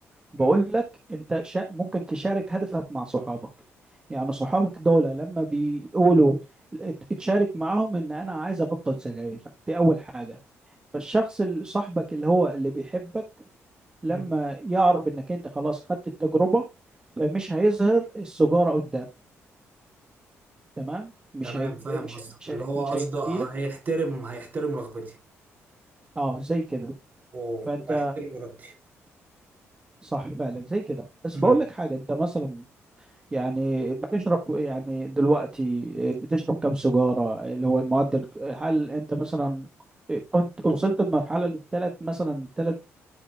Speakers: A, on the right; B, on the right.
A: بقول
B: م-
A: لك انت شا... ممكن تشارك هدفك مع صحابك يعني صحابك دول لما بيقولوا ات- اتشارك معاهم ان انا عايز ابطل سجاير دي اول حاجة فالشخص اللي صاحبك اللي هو اللي بيحبك لما
B: م-
A: يعرف انك انت خلاص خدت التجربة فمش هيظهر السجارة قدامك تمام مش
B: تمام
A: هيج...
B: فاهم
A: مش
B: قصدك
A: مش
B: اللي
A: هي...
B: هو
A: مش
B: قصده
A: هيجيلك
B: هيحترم هيحترم رغبتي
A: اه زي كده
B: و-
A: فانت
B: واحترم ارادتي
A: صح فعلا زي كده بس
B: مم.
A: بقول لك حاجة انت مثلا يعني بتشرب يعني دلوقتي آه، بتشرب كم سجارة اللي هو المعدل هل انت مثلا كنت وصلت لمرحلة للثلاث مثلا ثلاث